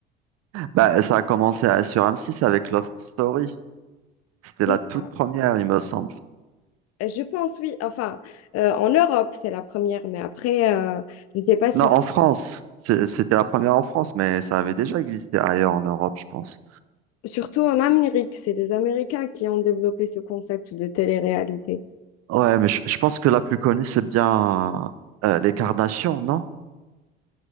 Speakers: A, on the right; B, on the left.
A: Bah, ça a commencé à- sur M6 avec Love Story. C'était
B: C'est
A: la toute
B: ça.
A: première, il me semble.
B: Je pense, oui. Enfin, euh, en Europe, c'est la première, mais après, euh, je ne sais pas si,
A: Non, en France. C'est- C'était la première en France, mais ça avait déjà existé ailleurs en Europe, je pense.
B: surtout en Amérique, c'est les Américains qui ont développé ce concept de télé-réalité.
A: Ouais, mais je, je pense que la plus connue, c'est bien euh, les Kardashians, non?